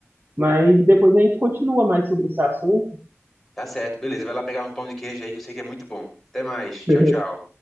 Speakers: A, on the right; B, in the centre.
A: Mas depois a gente continua mais sobre esse assunto.
B: Tá certo, beleza. Vai lá pegar um pão de queijo aí que eu sei que é muito bom. Até mais.
A: <laughs>
B: Tchau, tchau.